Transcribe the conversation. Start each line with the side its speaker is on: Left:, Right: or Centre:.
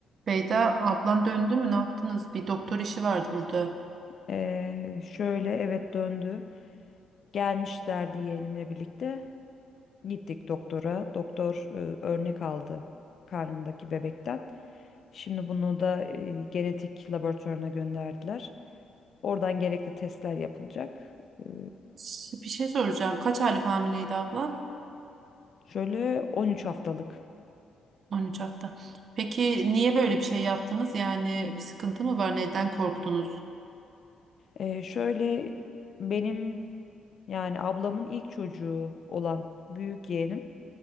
Right: Beyda ablan döndü mü ne yaptınız? Bir doktor işi vardı burada.
Left: Ee, şöyle evet döndü. Gelmişlerdi yeğenimle birlikte. Gittik doktora. Doktor e, örnek aldı karnındaki bebekten. Şimdi bunu da e, genetik laboratuvarına gönderdiler. Oradan gerekli testler yapılacak. Ee,
Right: Ş- Bir şey soracağım. Kaç aylık hamileydi ablan?
Left: şöyle 13 haftalık.
Right: 13 hafta. Peki niye böyle bir şey yaptınız? Yani bir sıkıntı mı var? Neden korktunuz?
Left: Ee, şöyle benim yani ablamın ilk çocuğu olan büyük yeğenim